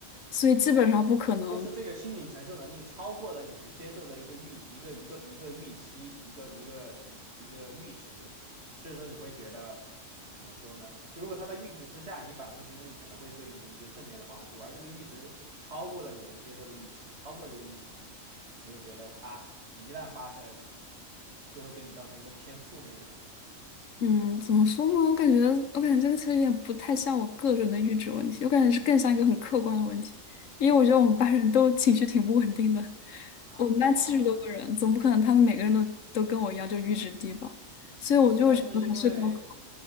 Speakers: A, on the left; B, on the right.
A: 所以基本上不可能
B: 就是这个心理承受能力超过了你能接受的一个预一个一个一个预期，一个一个一一个阈值，所以说你会觉得怎么说呢？就如果它的阈值之下，你反复经历可能会对你一些正面的帮助，而这个阈值超过了你能接受的预期，超过这个阈值，你会觉得它一旦发生，就会对你造成一个偏负面的影响
A: 嗯，怎么说呢？我感觉，我感觉这个其实有点不太像我个人的阈值问题，我感觉是更像一个很客观的问题。因为我觉得我们班人都情绪挺不稳定的，
B: 啊。
A: 我们班七十多个人，总不可能他们每个人都都跟我一样就阈值低吧，所以我就会觉得还是高考。
B: 嗯，那是因为